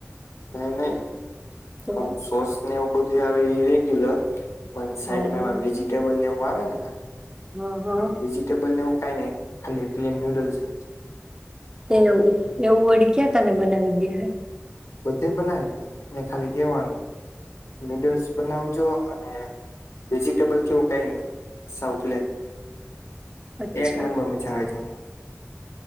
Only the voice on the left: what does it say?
નય, નય.
અમ સોસ ને એવું બ તે આવે ઈ રેગ્યુલર. પણ
સાઈડમાં એમાં વેજિટેબલ ને એવું આવે ને નાખે.
વેજીિટેબલ ને એવુ કાય નય, ખાલી પ્લેન નૂડલ્સ જ.
બધે બનાવી દયે. એને ખાલી કહેવાનું, નૂડલ્સ બનાવજો અને વેજીિટેબલ કે એવું કાય નય, સાવ પ્લેન.
એક નંબર મજા આવે જયે.